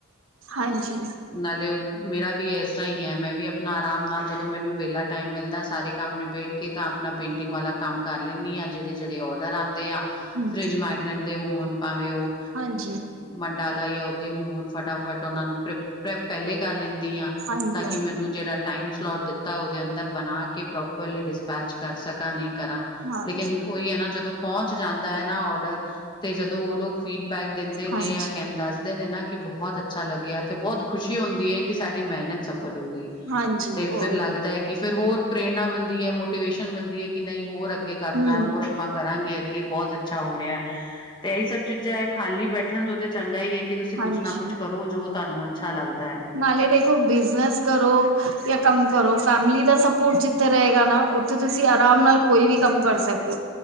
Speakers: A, on the right; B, on the left.
A: ਹਾਂਜੀ।
B: ਨਾਲੇ ਮੇਰਾ ਵੀ ਇਸ ਤਰ੍ਹਾਂ ਹੀ ਹੈ ਮੈਂ ਵੀ ਆਪਣਾ ਆਰਾਮ ਨਾਲ ਜਦੋਂ ਮੈਨੂੰ ਵੇਲਾ ਟਾਈਮ ਮਿਲਦਾ ਕੰਮ ਨਿਬੇੜ ਕੇ ਤਾਂ ਨਾ ਪੇਂਟਿੰਗ ਵਾਲਾ ਕੰਮ ਕਰ ਲੈਦੀ ਆ ਜਿਹੜੇ ਜਿਹੜੇ ਆਰਡਰ ਆਉਂਦੇ ਆ
A: ਹੂੰ,
B: ਫਰਿਜ ਮੈਗਨੇਟ ਦੇ ਹੋਣ ਭਾਵੇਂ ਉਹ
A: ਹਾਂਜੀ, ਹਾਂਜੀ,
B: ਮੰਡਾਲਾ ਜਾਂ ਤੇ ਹੁਣ ਫਟਾਫਟ ਉਹਨਾਂ ਨੂੰ ਪਹਿਲੇ ਕਰ ਲੈਂਦੀ ਆ
A: ਹਾਂਜੀ,
B: ਤਾਂ ਕਿ ਮੈਨੂੰ ਜਿਹੜਾ ਟਾਈਮ ਸਲੋਟ ਦਿੱਤਾ ਉਹਦੇ ਅੰਦਰ ਬਣਾ ਕੇ ਪ੍ਰੋਪਰਲੀ ਰਿਸਪੈਚ ਕਰ ਨਹੀਂ ਕਰਾ
A: ਹਾਂਜੀ,
B: ਲੇਕਿਨ ਉਹੀ ਹ ਨਾ ਜਦੋਂ ਪਹੁੰਚ ਜਾਂਦਾ ਹ ਨਾ ਆਰਡਰ ਤੇ ਜਦੋਂ ਉਹ ਲੋਕ ਫੀਡਬੈਕ ਦਿੰਦੇ ਨੇ
A: ਹਾਂਜੀ,
B: ਜਾਂ ਕਹਿੰਦਾ ਤੇ ਨੇ ਨਾ ਕਿ ਬਹੁਤ ਅੱਛਾ ਲੱਗਿਆ ਤੇ ਬਹੁਤ ਖੁਸ਼ੀ ਹੁੰਦੀ ਹੈ ਕਿ ਸਾਡੀ ਮਿਹਨਤ ਸਫਲ ਹੋ ਗਈ
A: ਹਾਂਜੀ
B: ਤੇ
A: ਔਰ
B: ਫਿਰ ਲੱਗਦਾ ਹ ਕਿ ਫਿਰ ਹੋਰ ਪ੍ਰੇਰਣਾ ਮਿਲਦੀ ਹੈ ਮੋਟੀ ਮਿਲਦੀ ਹ ਕਿ ਨਹੀਂ ਹੋਰ ਅੱਗੇ ਕਰਨਾ
A: ਹੂੰ,
B: ਹੋਰ ਆਪਾਂ ਕਰਾਂਗੇ ਅੱਗੇ ਬਹੁਤ ਅੱਛਾ ਹੋ ਰਿਹਾ ਤੇ ਇਹ ਸਭ ਚੀਜ਼ਾਂ ਇਹ ਖਾਲੀ ਬੈਠਣ ਦੋ ਤੇ ਚੰਗਾ ਹੀ ਹ ਕਿ ਤੁਸੀਂ
A: ਹਾਂਜੀ
B: ਕੁਝ ਨਾ ਕੁਝ ਕਰੋ ਜੋ ਅੱਛਾ ਲੱਗਦਾ ਹੈ
A: ਨਾਲੇ ਦੇਖੋ ਬਿਜਨਸ ਕਰੋ ਕੰਮ ਕਰੋ ਫੈਮਲੀ ਦਾ ਸਪੋਰਟ ਜਿੱਥੇ ਰਹੇਗਾ ਨਾ ਉੱਥੇ ਤੁਸੀਂ ਆਰਾਮ ਕੋਈ ਵੀ ਕੰਮ ਕਰ ਸਕਦੇ ਹੋ